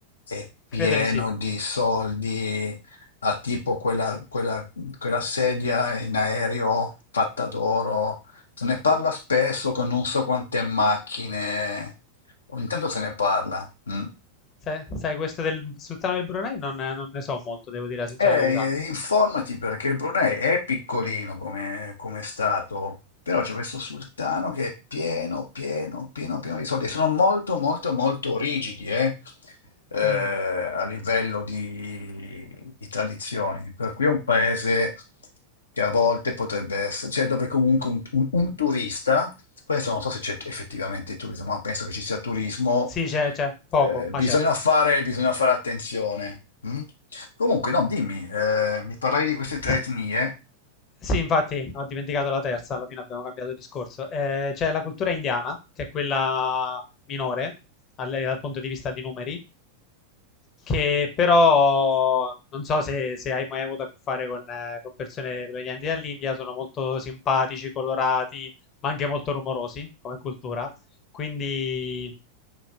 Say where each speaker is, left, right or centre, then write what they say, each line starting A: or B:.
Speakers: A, on the left; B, on the left.
A: è pieno
B: credo di sì.
A: di soldi, ha tipo quella, quella quella sedia in aereo fatta d'oro se ne parla spesso con non so quante macchine, ogni tanto se ne parla. mm.
B: Se- Sai, questo del sultano del Brunei non, non ne so molto, devo dire la sincera
A: E,
B: verità.
A: eh, informati perché il Brunei è piccolino come, come stato, però c'è questo sultano che è pieno, pieno, pieno, pieno di soldi. Sono molto, molto, molto rigidi, eh, eh,
B: Mm.
A: a livello di, di tradizioni. Per cui è un paese che a volte potrebbe essere, cioè dove comunque un un- un turista. Questo non so se c'è effettivamente il turismo, ma penso che ci sia turismo.
B: Sì, c'è, c'è, poco,
A: Eh,
B: ma
A: bisogna
B: c'è.
A: fare, bisogna fare attenzione. mm? Comunque, no, dimmi, eh, mi parlavi di queste tre
B: Sì.
A: etnie.
B: Sì, infatti, ho dimenticato la terza, alla fine abbiamo cambiato discorso. Eh, c'è la cultura indiana, che è quella minore alle- dal punto di vista di numeri, che però non so se, se hai mai avuto a che fare con, eh, con persone provenienti dall'India, sono molto simpatici, colorati, ma anche molto rumorosi come cultura. Quindi,